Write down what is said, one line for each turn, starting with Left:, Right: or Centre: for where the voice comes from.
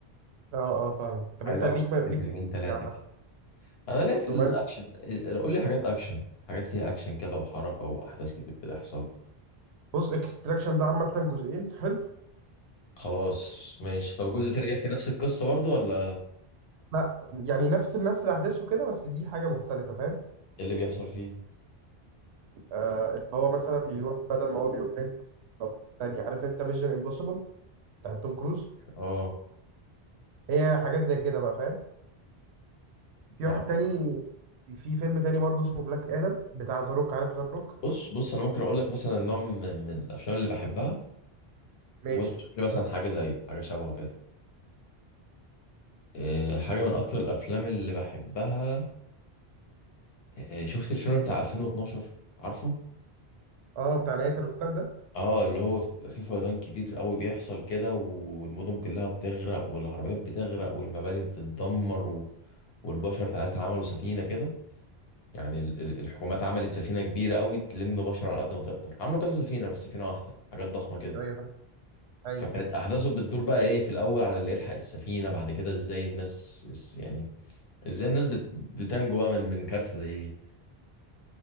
Right: اه اه فاهمك طب
Left: عايز
Right: انت
Left: اقعد
Right: ليك
Left: اشوف
Right: ما... ليك
Left: لي فيلمين تلاتة
Right: عامة
Left: كده انا ليا في
Right: رومانسي
Left: الاكشن إيه- قول لي حاجات اكشن حاجات فيها اكشن كده وحركه واحداث كتير بتحصل
Right: بص اكستراكشن ده عامة جزئين حلو
Left: خلاص ماشي طب الجزء التاني بيحكي نفس القصه برضو ولا
Right: لا يعني نفس نفس الاحداث وكده بس دي حاجة مختلفة فاهم
Left: إيه اللي بيحصل فيه
Right: آه اللي هو مثلا بيروح بدل ما هو بيروح هند مثلا طب تاني عارف انت ميشن امبوسيبل بتاع توم كروز
Left: اه
Right: هي حاجات زي كده بقى فاهم في
Left: لا
Right: واحد تاني في فيلم تاني برضه اسمه بلاك ادم بتاع ذا روك عارف ذا روك
Left: بص بص انا ممكن اقول لك مثلا نوع من من الافلام اللي بحبها
Right: ماشي
Left: وانت شوف لي مثلا حاجه زيه حاجه شبهه كده آه، حاجة من أكتر الأفلام اللي بحبها آه، شفت الفيلم بتاع 2012 عارفه؟
Right: اه بتاع نهاية العالم ده
Left: اه اللي هو بيبقى فيه فيضان كبير قوي بيحصل كده والمدن كلها بتغرق والعربيات بتغرق والمباني بتتدمر و... والبشر تعالى عملوا سفينة كده يعني ال- ال- الحكومات عملت سفينة كبيرة قوي تلم بشر على قد ما تقدر عملوا كذا سفينة مش سفينة واحدة حاجات ضخمة كده
Right: ايوه ايوه فاهم ايوه
Left: فكانت أحداثه بتدور بقى إيه في الأول على اللي يلحق السفينة بعد كده إزاي الناس إز- يعني إزاي الناس بت... بتنجو بقى من من كارثة زي دي